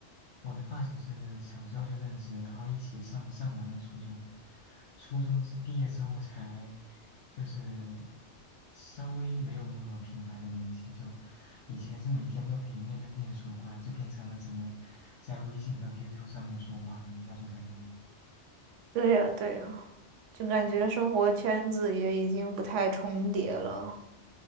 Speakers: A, on the left; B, on the right.
A: 我的发小是小时候就认识，然后一起上上完了初中，初中之毕业之后才就是稍微没有那么频繁的联系，就以前是每天都可以面对面说话，就变成了只能在微信和 QQ 上面说话的那种感觉。
B: 对呀，对呀，就感觉生活圈子也已经不太重叠了。